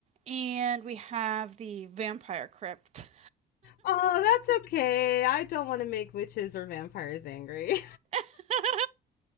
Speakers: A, on the right (about 40°); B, on the left (about 65°).
A: and we have the vampire crypt.
B: Oh, that's okay. I don't want to make witches or vampires angry.
A: <laughs>